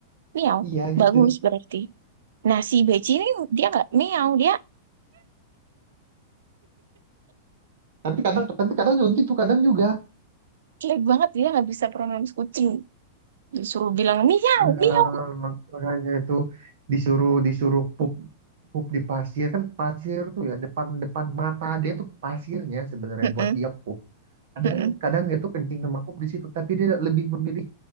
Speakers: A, on the right; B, on the right.
A: Miau.
B: Iya gitu.
A: Bagus berarti. Nah, si beci ini dia nggak miau. Dia
B: Tapi kadang tapi kadang juga gitu, kadang juga.
A: jelek banget. Dia nggak bisa pronounce kucing. Disuruh bilang miau,
B: Eh,
A: miau.
B: makanya itu disuruh disuruh pup pup di pasir kan pasir tuh ya depan depan mata dia tuh pasirnya sebenarnya
A: Mm-mm,
B: buat dia pup kadang
A: mm-mm.
B: kadang dia tuh kencing sama pup di situ tapi dia lebih memilih